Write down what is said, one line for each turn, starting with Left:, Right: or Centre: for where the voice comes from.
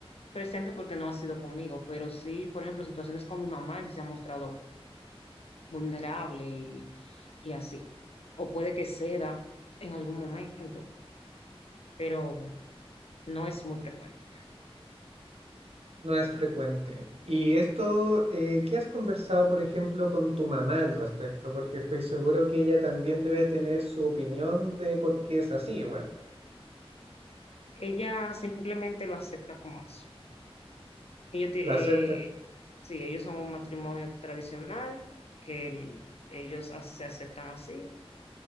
Left: presente porque no ha sido conmigo, pero sí, por ejemplo, situaciones con mi mamá, que se ha mostrado vulnerable y, y así. O puede que ceda en algún momento. pero no es muy frecuente.
Right: No es frecuente. Y esto, eh, ¿qué has conversado, por ejemplo, con tu mamá al respecto? Porque estoy seguro que ella también debe tener su opinión de por qué es así igual.
Left: Ella simplemente lo acepta como eso. Ellos, ti-
Right: La
Left: eh,
Right: acepta.
Left: sí, ellos son un matrimonio tradicional, que el- ellos a- se aceptan así